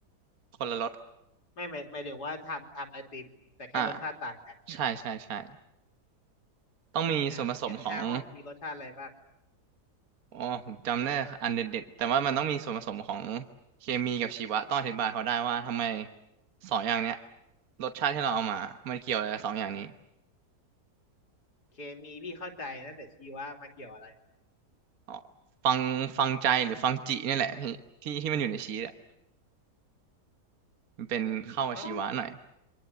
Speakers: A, on the right; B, on the left.
A: คนละรส
B: ไม่ไม่ไม่ถึงวว่าทำทำไอติมแต่แค่รสชาติต่างกันเงี้ยเหรอ
A: อ่าใช่ใช่ใช่ต้องมีส่วนผสมของ
B: อ่ะงั้นห้าห้องมีรสชาติอะไรบ้าง
A: อ๋อผมจำได้อันเด็ดๆแต่ว่ามันต้องมีส่วนผสมของเคมีกับชีวะต้องอธิบายเขาได้ว่าทำไมสองอย่างเนี้ยรสชาติที่เราเอามามันเกี่ยวอะไรกับสองอย่างนี้
B: เคมีพี่เข้าใจนะแต่ชีวะมาเกี่ยวอะไร
A: อ๋อฟังฟังใจหรือฟังจิเนี่ยแหละพี่ที่ที่มันอยู่ในชีสอ่ะมันเป็นเข้ากับชีวะหน่อย
B: อ๋อ